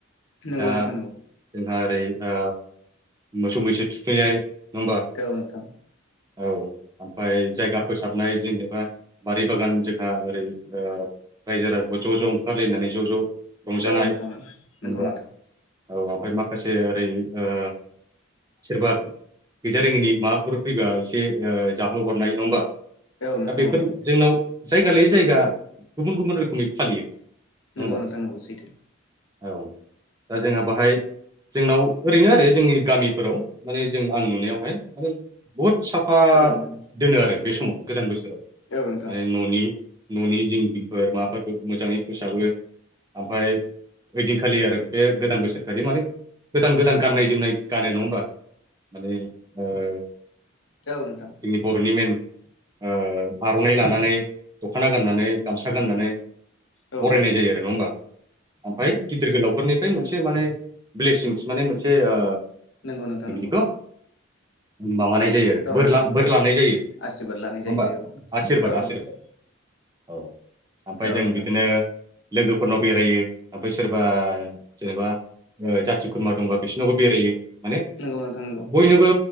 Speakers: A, on the left; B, on the right.
A: नंगौ
B: दा
A: नोंथां नंगौ
B: जोंहा ओरै ओ मोसौ-मैसो थुखैनाय होमबा
A: औ नोंथां
B: औ ओमफ्राय जायगा फोसाबनाय जेनेबा बारि बागान जोंहा ओरै रायजो राजाखौ ज' ज' ओंखारलायनानै ज' ज' रंजानाय
A: औ नोंथां नंगौ
B: होबा
A: नोंथां
B: औ आफाय माखासे ओरै ओसोरबा गैजा रोङिनि माबाफोर फैबा एसे जाहो हरनाय नङा होमबा दा
A: औ नोंथां
B: बेफोर
A: औ नंगौ
B: जोंनाव जायगा लायै जायगा गुबुन गुबुन रोखोमै फालियो नङा
A: नोंगौ
B: होमबा
A: नोंथां नोंगौ सैथो
B: औ दा जोंहा बाहाय जोंनाव ओरैनो आरो जोंनि गामिफोराव माने जों आं नुनायावहाय माने बहुद साफा
A: औ नोंथां
B: दोनो आरो बे समाव गोदान बोसोराव
A: औ नोंथां
B: माने न'नि न'नि जिं जिंफोर माबाफोरफोरखौ मोजाङै फोसाबो ओमफ्राय ओइदिनखालि आरो बे गोदान बोसोरखालि माने गोदान गोदान गाननाय-जोमनाय गानो नङा होमबा माने ओ
A: औ नोंथां
B: जोंनि बर'नि मेन ओ आर'नाइ लानानै दख'ना गाननानै गामसा गाननानै
A: औ
B: बरायनाय
A: नोंथां
B: जायो आरो नङा होमबा ओमफाय गिदिर गोलावफोरनिफ्राय मोनसे माने ब्लेसिंस माने मोनसे ओ
A: नंगौ नोंथां नोंगौ
B: बे खौ माबानाय जायो आरो
A: औ
B: बोरला
A: नोंथां
B: बोरलानाय जायो
A: आसिरबाद लानाय
B: नङा
A: जाहैबाय
B: होमबा
A: औ
B: आसिरबाद
A: औ
B: आसिरबाद
A: नोंथां
B: औ ओमफ्राय
A: औ
B: जों
A: नोंथां
B: बिदिनो लोगोफोरनाव बेरायो ओमफ्राय सोरबा जेनेबा ओ जाथि खुरमा दंबा बिसोरनावबो बेरायो माने
A: नोंगौ नोंथां नंगौ
B: बयनोबो